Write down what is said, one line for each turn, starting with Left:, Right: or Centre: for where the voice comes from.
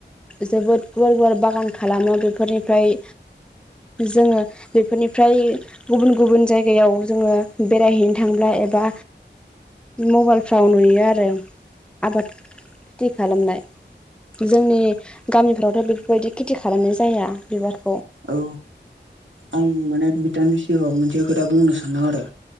Centre: जोबोद गुवार गुवार बागान खालामो बेफोरनिफ्राय जोङो बेफोरनिफ्राय गुबुन गुबुन जायगायाव जोङो बेरायहैनो थांब्ला एबा मबाइलफ्राव नुयो आरो। आबाद थि खालामनाय। जोंनि गामिफ्रावथ' बेफोरबायदि खेथि खालामनाय जाया बिबार
Right: औ आं माने बिथांनि सिगाङाव मोनसे खोथा बुंनो सानदों आरो।